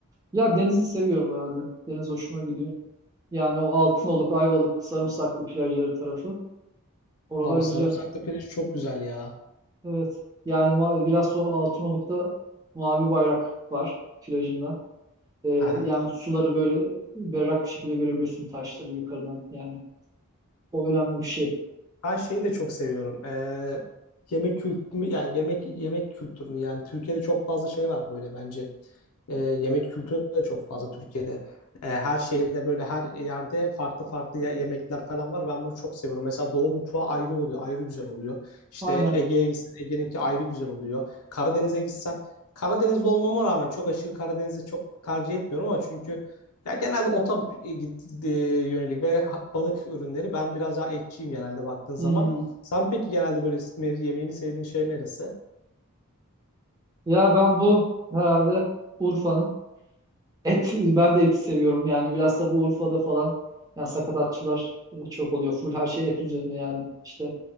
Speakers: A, on the right (about 15°); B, on the left (about 75°).
A: Ya denizi seviyorum herhalde. Deniz hoşuma gidiyor. Yani o Altınoluk, Ayvalık, Sarımsaklı plajları tarafı. Oralar
B: Abi
A: güzel.
B: sarımsaklı pirinç çok güzel ya.
A: Evet. Yani ma- bilhassa o Altınoluk'ta mavi bayrak var plajında. Ee,
B: Aha.
A: yani suları böyle berrak bir şekilde görebiliyorsun taşları yukarıdan yani. O önemli bir şey.
B: Ben şeyi de çok seviyorum. Ee, yemek kültürü yani yemek yemek kültürünü yani Türkiye'de çok fazla şey var böyle bence. Ee, yemek kültürü de çok fazla Türkiye'de. Ee, her şehirde böyle her yerde farklı farklı ye- yemekler falan var. Ben bunu çok seviyorum. Mesela Doğu mutfağı ayrı oluyor, ayrı güzel oluyor. İşte
A: Aynen.
B: Ege'ye gitsen Ege'ninki ayrı güzel oluyor. Karadeniz'e gitsen Karadenizli olmama rağmen çok aşırı Karadeniz'i çok tercih etmiyorum ama çünkü ya genelde ota e, e, yönelik ve balık ürünleri. Ben biraz daha etçiyim genelde baktığın zaman.
A: Hmm.
B: Sen peki genelde böyle me- yemeğini sevdiğin şey neresi?
A: Ya ben bu herhalde Urfa'nın et ben de eti seviyorum yani biraz da bu Urfa'da falan yani sakatatçılar e, çok oluyor. Full her şey et üzerine yani işte